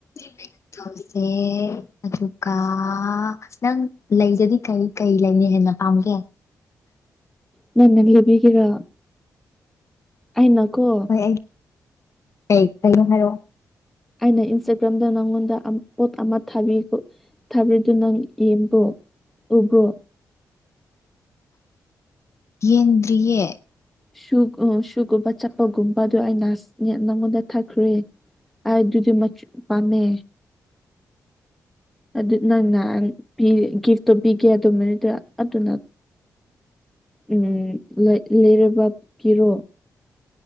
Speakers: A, on the left (about 45°); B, in the centre.
A: <unintelligible> ꯑꯦ ꯑꯗꯨꯒ ꯅꯪ ꯂꯩꯗꯗꯤ ꯀꯩ ꯀꯩ ꯂꯩꯅꯤ ꯍꯦꯟꯅ ꯄꯥꯝ ꯒꯦ
B: ꯅꯟꯅ ꯂꯩꯕꯤꯒꯦꯔ ꯑꯩꯅꯥꯀꯣ
A: ꯍꯣꯏ ꯑꯩ ꯀꯩ ꯀꯩꯅ ꯍꯥꯏꯔꯣ
B: ꯑꯩꯅ ꯏꯟꯁꯇꯥꯒ꯭ꯔꯥꯝꯗ ꯅꯪꯉꯣꯟꯗ ꯄꯣꯠ ꯑꯃ ꯊꯕꯤꯗꯨ ꯊꯥꯕꯤꯔꯤꯗꯨ ꯅꯪ ꯌꯦꯡꯕ꯭ꯔꯣ ꯎꯕꯔꯣ
A: ꯌꯦꯡꯗꯔ꯭ꯤꯌꯦ
B: ꯁꯨꯒ ꯁꯨꯒꯨꯝꯕ ꯆꯠꯄꯒꯨꯝꯕ ꯑꯗꯨ ꯑꯩꯅ ꯅꯉꯣꯟꯗ ꯊꯛꯈ꯭ꯔꯦ ꯍꯥꯏ ꯑꯗꯨꯗꯤ ꯃꯆ ꯄꯥꯝꯃꯦ ꯑꯗꯨ ꯅꯪꯅ ꯒꯤꯐꯇꯣ ꯄꯤꯒꯦ ꯑꯗꯨꯃꯅꯤꯗꯨ ꯑꯗꯨꯅ ꯎꯝ ꯂ ꯂꯩꯔꯕ ꯀꯤꯔꯣ